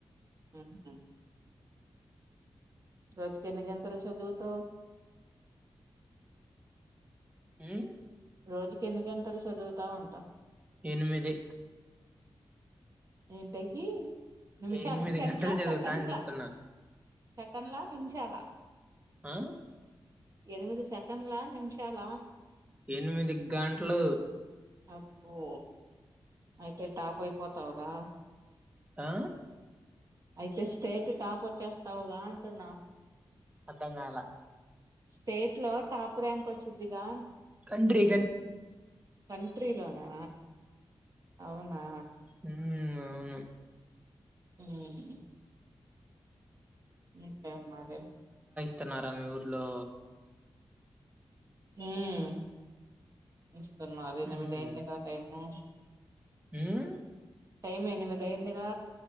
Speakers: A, on the right (about 40°); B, on the right (about 15°).
A: ఉహ్ ఉమ్ రోజుకి ఎన్ని గంటలు చదుతవ్?
B: హమ్
A: రోజుకి ఎన్ని గంటలు చదువుతావంట?
B: ఎనిమిది
A: ఏంటయి నిమిషాల
B: ఎనిమిది
A: గంటలా
B: గంటలు చదువుతా
A: సెకండ్లా?
B: అని చెప్తున్నా
A: సెకండ్లా నిమిషాల?
B: ఆ
A: ఎనిమిది సెకండ్ల నిమిషాల?
B: ఎనిమిది గంటలు
A: అబ్బో అయితే టాప్ అయిపోతావురా.
B: ఆ
A: అయితే స్టేట్ టాప్ వచ్చేస్తావురా అంటున్నా.
B: ఆర్ద్రంకల
A: స్టేట్ లో టాప్ ర్యాంక్ వచ్చిదిగా
B: కంట్రీ గన్
A: కంట్రీలోనా అవునా?
B: ఉమ్ అవును
A: ఉమ్ ఇంకేం మరి?
B: తిన్నారా మీ ఊర్లో?
A: ఉమ్ ఇస్తున్నారు ఎనిమిది
B: ఉహు
A: అయింది గా టైము.
B: ఉమ్
A: టైం ఎనిమిది అయిందిగా